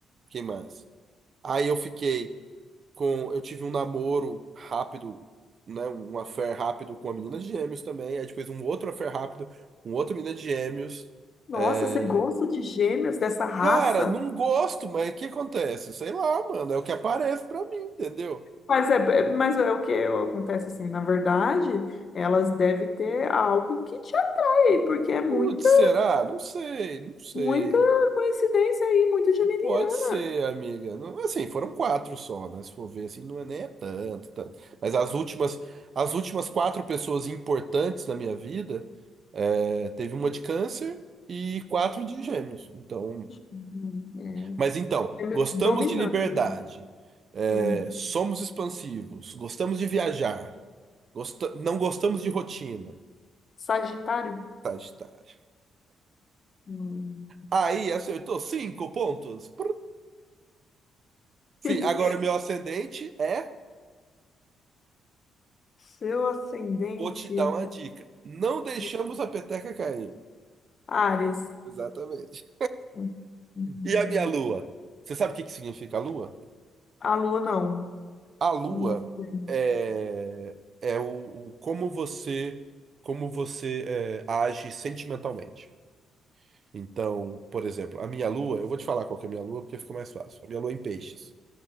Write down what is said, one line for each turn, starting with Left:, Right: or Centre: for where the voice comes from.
Right: Quem mais? Aí eu fiquei com eu tive um namoro rápido, né, um affair rápido com uma menina de gêmeos também, aí depois um outro affair rápido com outra menina de gêmeos.
Left: Nossa,
Right: É,
Left: você gosta de gêmeos dessa raça?
Right: Cara, não gosto, mas o que acontece? Sei lá, mano, é o que aparece pra mim, entendeu?
Left: Mas é, é- mas é o que acontece assim, na verdade, elas devem ter algo que te atrai, porque é muita,
Right: Putz, será? Não sei, não sei.
Left: muita coincidência aí, muito geminiano.
Right: Pode ser, amiga. Não- Assim, foram quatro só, né? Se for ver, assim, não é nem é tanto, tanto. Mas as últimas, as últimas quatro pessoas importantes da minha vida, é, teve uma de câncer e quatro de gêmeos. Então,
Left: Hum,
Right: mas então,
Left: é. Gêmeos
Right: gostamos
Left: dominando.
Right: de liberdade, é,
Left: Hum.
Right: somos expansivos, gostamos de viajar, gosta- não gostamos de rotina.
Left: Sagitário.
Right: Sagitário.
Left: Hum.
Right: Aí acertou cinco pontos. Sim,
Left: <laughs>
Right: agora o meu ascendente é
Left: Seu ascendente
Right: Vou te dar
Left: é
Right: uma dica. Não deixamos
Left: de
Right: a peteca cair.
Left: Áries.
Right: Exatamente.
Left: Hum. hum, hum.
Right: E a minha lua? Você sabe o que que significa a lua?
Left: A lua não.
Right: A lua
Left: Não tem.
Right: é, é o, o- como você como você é, age sentimentalmente. Então, por exemplo, a minha lua, eu vou te falar qual que é a minha lua porque fica mais fácil. A minha lua é em peixes.